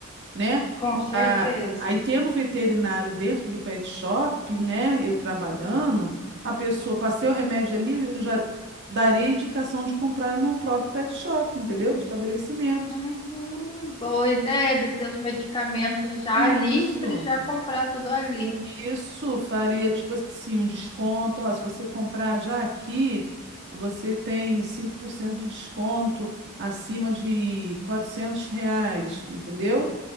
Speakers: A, on the right; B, on the left.
A: né?
B: com certeza.
A: A, aí tendo um veterinário dentro do pet shop, né? Eu trabalhando, a pessoa passei o remédio ali, eu já daria a indicação de comprar no próprio pet shop, entendeu? Do estabelecimento.
B: Uhum, boa ideia de ter os medicamentos já
A: Isso,
B: ali para já comprar tudo ali.
A: isso faria tipo assim um desconto. Ó, se você comprar já aqui, você tem 5% de desconto acima de 400 reais, entendeu?